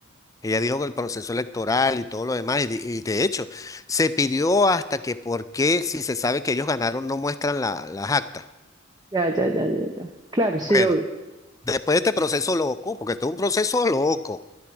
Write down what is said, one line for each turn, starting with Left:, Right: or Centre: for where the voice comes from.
Left: ella dijo que el proceso electoral y todo lo demás, y, de y de hecho, se pidió hasta que por qué, si se sabe que ellos ganaron, no muestran la- las actas.
Right: ya, ya, ya, ya. ya. Claro, sí,
Left: Bueno,
Right: obvio.
Left: después de este proceso loco, porque esto es un proceso loco.